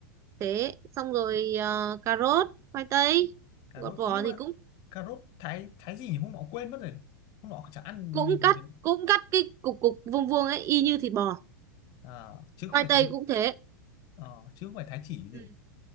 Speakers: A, on the right (about 30°); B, on the left (about 40°).
A: thế xong rồi ờ, cà rốt khoai tây
B: cà
A: gọt
B: rốt
A: vỏ
B: nhưng
A: thì
B: mà
A: cũng
B: cà rốt thái thái gì nhỉ hôm nọ quên mất rồi hôm nọ chả ăn
A: cũng cắt
B: gì đấy
A: cũng cắt cái cục cục vuông vuông ấy y như thịt bò
B: à, chứ không
A: khoai
B: phải
A: tây
B: thái
A: cũng thế
B: ờ, chứ không phải thái chỉ gì
A: Ừ.